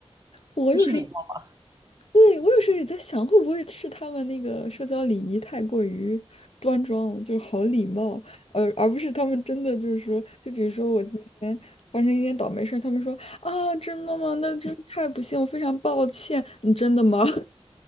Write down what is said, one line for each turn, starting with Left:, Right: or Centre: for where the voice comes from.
Left: 我有时候，
Right: 这是礼貌。
Left: 对，我有时候也在想，会不会是他们那个社交礼仪太过于端庄了，就是好礼貌，而而不是他们真的就是说，就比如说我今天发生一件倒霉事儿，他们说啊，真的吗？那真是太不幸，我非常抱歉，你真的吗？<laughs>